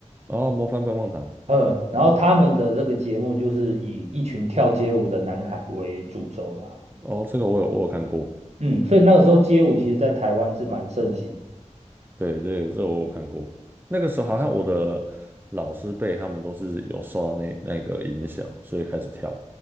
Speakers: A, on the right (about 15°); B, on the right (about 60°).
A: 然后《模范棒棒糖》，
B: 嗯，然后他们的这个节目就是以一群跳街舞的男孩为主轴啦。
A: 哦，这个我有我有看过。
B: 嗯，所以那个时候街舞其实在台湾是蛮盛行
A: 对，这这我有看过。那个时候好像我的老师辈他们都是有受到那那个影响，所以开始跳。